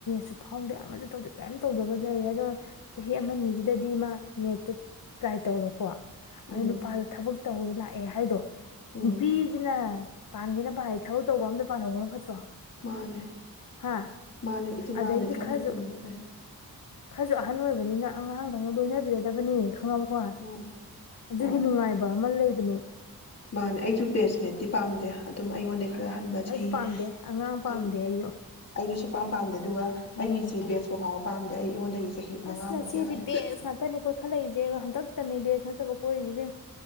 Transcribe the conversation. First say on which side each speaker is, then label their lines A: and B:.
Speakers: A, on the left; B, on the left.
A: ꯁꯨ ꯐꯥꯎꯗꯦ ꯑꯃꯖꯨ ꯇꯧꯗꯦ ꯀꯔꯤꯝ ꯇꯧꯗꯕ ꯂꯩꯔꯒ ꯆꯍꯤ ꯑꯃ ꯑꯅꯤꯖꯤꯗꯗꯤ ꯃꯥ ꯅꯦꯠꯇꯨ ꯇ꯭ꯔꯥꯏ ꯇꯧꯔꯣꯀꯣ
B: ꯎꯝ
A: ꯑꯗꯨ ꯅꯨꯄꯥꯗ ꯊꯕꯛ ꯇꯧꯋꯦ ꯂꯥꯛꯑꯦ ꯍꯥꯏꯗꯣ
B: ꯎꯝ
A: ꯅꯨꯄꯤꯖꯤꯅ ꯄꯥꯟꯒꯦꯅ ꯄꯥꯜꯂꯗꯤ ꯊꯕꯛ ꯇꯧꯕ ꯑꯝꯗ ꯄꯥꯟꯍꯧꯕꯅ ꯐꯠꯇ꯭ꯔꯣ
B: ꯃꯥꯅꯦ
A: ꯍꯥ
B: ꯃꯥꯅꯦ ꯏꯆꯦ
A: ꯑꯗꯩꯗꯤ
B: ꯃꯥꯅꯦ ꯊꯕꯛ
A: ꯈꯔꯁꯨ
B: ꯇꯧꯕꯅ ꯐꯩ
A: ꯈꯔꯁꯨ ꯑꯍꯟ ꯑꯣꯏꯕꯅꯤꯅ ꯑꯉꯥꯡꯗꯧꯅ ꯂꯣꯏꯅꯕꯤꯔꯗꯕꯅꯤ ꯈꯪꯉꯥꯕ ꯀꯣ
B: ꯃꯥꯅꯦ
A: ꯑꯗꯨꯒꯤ
B: ꯍꯣꯏ
A: ꯅꯨꯡꯉꯥꯏꯕ ꯑꯃ ꯂꯩꯕ ꯑꯅꯤ
B: ꯃꯥꯅꯦ ꯑꯩꯁꯨ ꯕꯦꯁꯃꯦꯠꯇꯤ ꯄꯥꯝꯗꯦ ꯑꯗꯨꯝ ꯑꯩꯉꯣꯟꯗ ꯈꯔ ꯍꯟꯕ
A: ꯑꯩꯁꯨ
B: ꯆꯍꯤ
A: ꯄꯥꯝꯗꯦ ꯑꯉꯥꯡ ꯄꯥꯝꯗꯦ
B: ꯑꯩ
A: ꯑꯩꯁꯨ
B: ꯑꯩꯁꯨꯁꯨꯄꯥꯝ ꯄꯥꯝꯗꯦ ꯑꯗꯨꯒ
A: ꯎꯝ
B: ꯑꯩꯒꯤ ꯏꯆꯦ ꯕꯦꯁꯄꯥꯎ ꯄꯥꯝꯗꯦ ꯑꯩꯉꯣꯟꯗꯒꯤ ꯆꯍꯤ ꯃꯉꯥꯃꯨꯛ
A: ꯑꯁ ꯅꯆꯦꯗꯤ
B: ꯌꯥꯔꯦ
A: ꯕꯦꯖ ꯉꯥꯛꯇꯅꯤ ꯀꯣꯏꯈꯠꯂꯛꯏꯁꯦ ꯍꯟꯗꯛꯇꯅꯤ ꯕꯦꯖ ꯅꯠꯇꯕ ꯀꯣꯏꯔꯤꯁꯤ ꯏꯕꯦꯝꯃ꯫